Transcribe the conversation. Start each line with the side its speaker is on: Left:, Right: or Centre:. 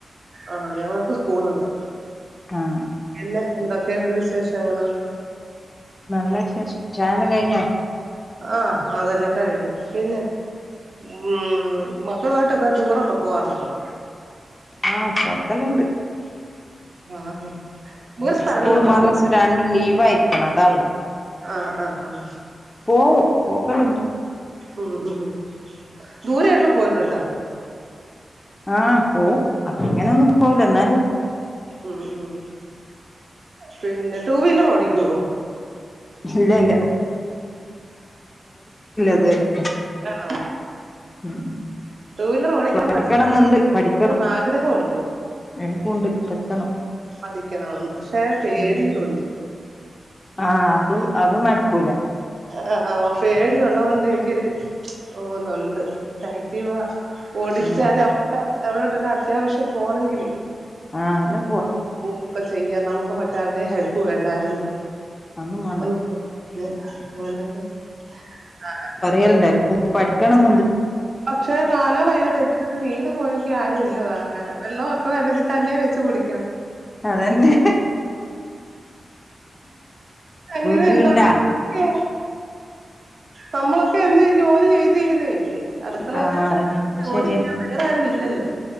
Right: ആഹ് ഞങ്ങക്ക് സ്കൂള്ണ്ട്
Left: ആഹ്
Right: പിന്നെ എന്തൊക്കെണ്ട് വിശേഷങ്ങള്?
Left: നല്ല വിശേഷം ചായല്ലാം കഴിഞ്ഞാ?
Right: ആഹ് അതെല്ലാം കഴിഞ്ഞു പിന്നെ ഉം മക്കളുമായി ട്ടൊക്കെടൂറൊക്കെ പോവാറുണ്ടോ?
Left: ആഹ് പോക്കല്ലണ്ട്
Right: ആഹ് ദൂര
Left: ഉം
Right: സ്ഥലങ്ങളിലൊക്കെ
Left: സ്കൂളും മദ്‌റസ്‌രണ്ടും
Right: പോകും
Left: ലീവ് ആയിക്ക്ണ് അതാള്ളത്
Right: ആഹ് ആഹ് ആഹ്
Left: പോവും പോകലുണ്ട്
Right: ഉം ഉം ദൂരേയൊക്കെ പോയിട്ടുണ്ടോ?
Left: ആഹ് പോവും അങ്ങനൊന്നും പോവില്ലന്നാലും
Right: ഉം ഉം പിന്നെ ടൂവീലർ ഓടിക്കോ?
Left: ഇല്ല്യ ഇല്ല്യ ഇതുവരെ
Right: ആണോ
Left: ഉം
Right: ടുവീലർ ഓടിക്കാൻ
Left: പഠിക്കണംന്നുണ്ട്
Right: പഠിച്ച
Left: പഠിക്കണം
Right: എനിക്കും ആഗ്രഹമുണ്ട്
Left: എനിക്കുണ്ട് പഠിക്കണം
Right: പഠിക്കണംന്ന് പക്ഷേ പേടിയുണ്ട്
Left: ഉം ആഹ് അതു അതു നടുക്കൂല.
Right: ആഹ് പേടിയുള്ളത് കൊണ്ട് എനിക്കൊരു ഒന്നുണ്ട് ഒരാക്റ്റീവാ ഓടിച്ചാല്
Left: ഉം
Right: നമ്മക്ക് എവിടെട്ട്യലും അത്യാവശ്യം പോണങ്കില്
Left: ആഹ് എല്ലാം പോവാ
Right: ഒന്ന് പോ ഒക്കെ ചെയ്യാ നമുക്ക് മറ്റാരുടെയും ഹെൽപ് വേണ്ടായിരുന്നു.
Left: അന്നും വേണ്ട
Right: ഒന്ന് പോ ല് അങ്ങനൊക്കെ <unintelligible>
Left: <unintelligible> പഠിക്കണന്ന്ണ്ട്
Right: പക്ഷേ കാലോ കയ്യോ തെറ്റിവീണ് പോയെങ്കി ആരും ഇല്ലതാങ്ങന് വെള്ളമൊക്കെ വേണെങ്കിതന്നെ വെച്ച് കുടി
Left: അതന്നെ
Right: അങ്ങനെ
Left: വീട്ടില്ണ്ടാ?
Right: ഉണ്ടാകും നമ്മളൊക്കെ എന്ന് ജോലി ചെയ്ത് ചെയ്തേ അടു മക്കളെന്നേ
Left: ആഹ്
Right: <unintelligible>
Left: അതന്നെ അത്
Right: ജോലിയാൻ
Left: ശരിയാ
Right: വേറെ ആരും ഇല്ലല്ലോ?